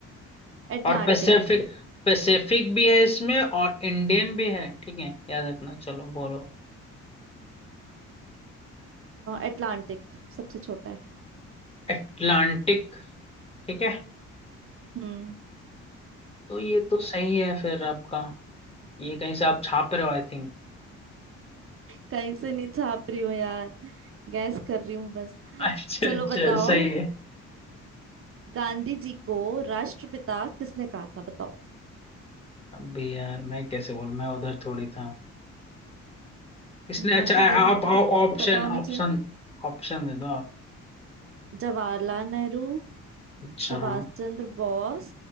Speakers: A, on the right; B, on the left.
A: अटलांटिक
B: और पैसिफिक पैसिफिक भी है इसमें और इंडियन भी है ठीक है याद रखना चलो बोलो
A: अटलांटिक सबसे छोटा है
B: एटलांटिक ठीक है
A: हम्म
B: तो ये तो सही है फिर आपका ये कहीं से आप छाप रहे हो आई थिंक
A: कहीं से नहीं छाप रही हूँ यार गैस कर रही हूँ बस
B: अच्छा
A: चलो
B: अच्छा
A: बताओ
B: सही है
A: गांधी जी को राष्ट्रपिता किसने कहा था बताओ
B: अभी यार मैं कैसे बोलूं मैं उधर थोड़ी था किसने
A: हाँ
B: अच्छा
A: तो उधर नहीं
B: आप
A: थे तो
B: ऑप्शन
A: पता होना
B: ऑप्शन
A: चाहिए
B: ऑप्शन दे दो आप
A: जवाहरलाल नेहरू
B: अच्छा
A: सुभाष
B: हाँ
A: चंद्र बोस